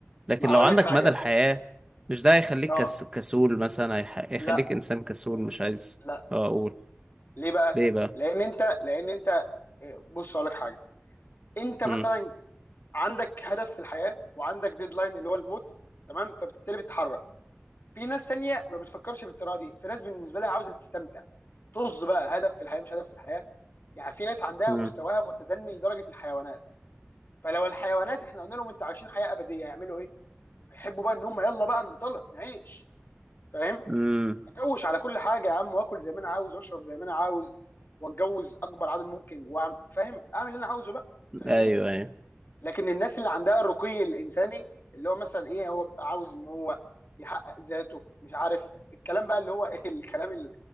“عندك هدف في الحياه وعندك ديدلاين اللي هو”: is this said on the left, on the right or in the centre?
Left